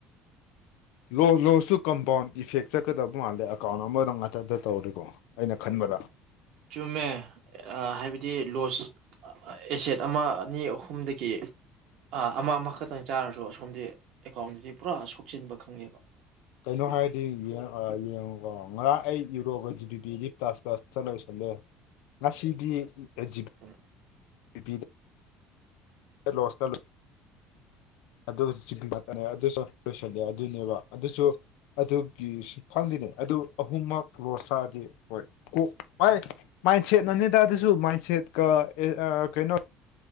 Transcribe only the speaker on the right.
ꯆꯨꯝꯃꯦ ꯍꯥꯏꯕꯗꯤ ꯂꯣꯁ ꯑꯦꯁꯦꯠ ꯑꯃ ꯑꯅꯤ ꯑꯍꯨꯝꯗꯒꯤ ꯑꯃ ꯑꯃꯈꯛꯇꯪ ꯆꯥꯔꯁꯨ ꯑꯁꯣꯝꯗꯤ ꯑꯦꯀꯥꯎꯟꯗꯗꯤ ꯄꯨꯔꯥ ꯁꯣꯛꯆꯤꯟꯕ ꯈꯪꯉꯦꯕ
ꯎꯝ